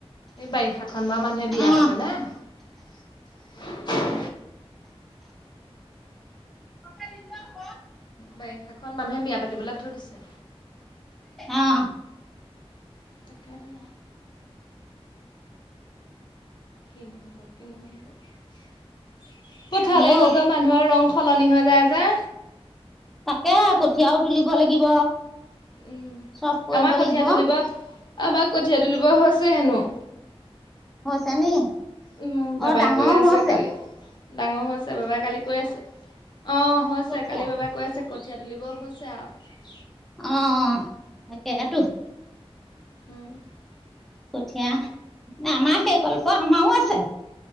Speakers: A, on the left; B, in the centre.
A: এই বাৰিষাখন বা মানুহে বিয়া
B: অ
A: পাতে ন।
B: ন
A: বাৰিষাখনন মানুহে বিয়া পাতিবলৈ থৈ দিছে।
B: অ
A: তাকনো। কি নহ'ব কিন্তু নহব। পথাৰ
B: হেল্ল'
A: গৈ গৈ মানুহৰ ৰং সলনি হৈ যায় যে।
B: তাকে কঠিযাও তুলিব লাগিব।
A: উম
B: চব কৰিব
A: আমাৰ কঠিয়
B: লাগিব
A: তুলিব আমাক কঠীয়া তুলিব হৈছে হেনো
B: হৈছে নি
A: উম বাবাই
B: অ ডাঙৰ
A: কৈ আছে
B: হৈছে।
A: কালি। ডাঙৰ হৈছে বাবাই কালি কৈ আছে অ হৈছে
B: কঠীয়া
A: কালি বাবাই কৈ আছে কঠিয়াত। তুলিব হৈছে আৰু
B: অ তাকে
A: উম।
B: তো
A: উম
B: কঠীয়া ন আমাৰ সেই কল্প আমাৰো আছে।